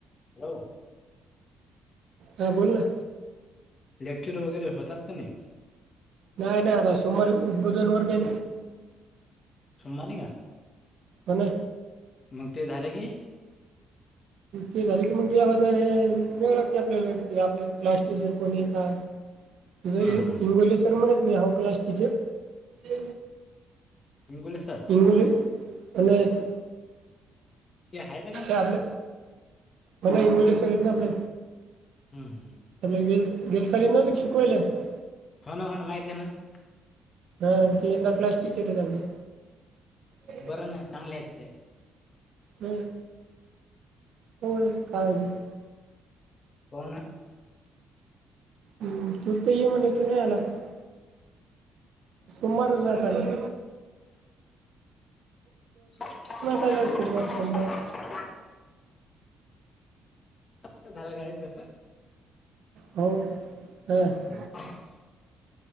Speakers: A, on the left; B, on the right.
A: <inaudible>
B: हा बोलोल ना.
A: लेक्चर वगैरे होतात का नाही.
B: नाही नाही आता सोमवार उद्बुधन वर ब
A: सोमवार का
B: हो ना
A: मग ते झालेी.
B: ते झाले की मग त्या हे मिळ की आपल्याला कि आपल्या क्लास टीचर कोणी काय. <unintelligible> तुझं इंगोले
A: हा हा
B: सर म्हणत म हा क्लास टीचर.
A: इंगुले सर
B: इंगुली आणि <unintelligible>
A: हट <unintelligible>
B: आपले म्हला वलेसरतन आपले
A: हम्म हम्म.
B: आप व दिसर ना त शकवईले आहे <unintelligible>
A: हो ना होन ना माहिितती आहे ना <unintelligible>
B: हा आणखी एा क्लास टीचर आहेी <unintelligible>
A: बरं ना चांगले आहेति <unintelligible>
B: हम्म होन कालेज <unintelligible>
A: कोोन <unintelligible>
B: हम् तुल तर ये म्हण तू नाही आला <unintelligible> समर ना चालू <unintelligible>
A: सस्
B: आला सोमवार
A: <unintelligible>
B: सोमवार
A: त झालं गरी तस
B: हो ह <unintelligible>
A: हम् <unintelligible>